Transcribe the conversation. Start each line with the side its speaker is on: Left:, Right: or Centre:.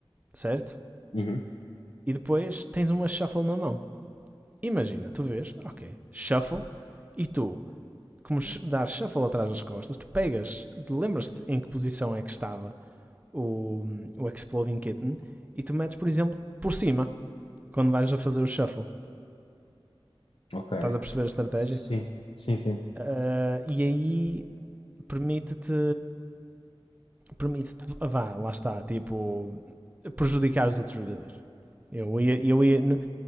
Right: certo?
Left: uhum,
Right: E depois tens uma shuffle na mão. Imagina, tu vês, ok, shuffle, e tu, como sh- dás shuffle atrás das costas, tu pegas, tu lembras-te em que posição é que estava o, o Exploding Kitten, e tu metes, por exemplo, por cima, quando vais a fazer o shuffle.
Left: ok,
Right: Estás a perceber a estratégia?
Left: sim, sim, sim,
Right: Ah, e aí permite-te, permite-te, vá, lá está, tipo, prejudicar os outros jogadores. Eu ia, eu ia,